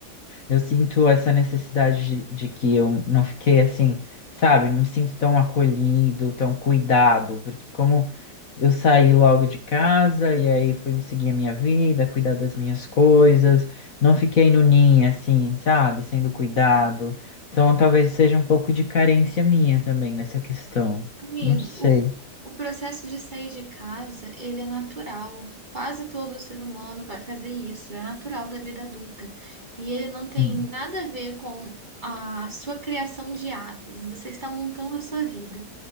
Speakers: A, on the left; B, on the right.
A: eu sinto essa necessidade de, de que eu não fiquei assim, sabe? Não me sinto tão acolhido, tão cuidado, porque como eu saí logo de casa e aí fui seguir a minha vida, cuidar das minhas coisas, não fiquei no ninho assim, sabe? Sendo cuidado.
B: Uhum.
A: Então talvez seja um pouco de carência minha também nessa questão.
B: Amigo,
A: Não sei.
B: o, o processo de sair de casa, ele é natural. Quase todo ser humano vai fazer isso, é natural da vida adulta. E ele não tem
A: Hum,
B: nada a ver com a sua criação de asas. Você está montando a sua vida.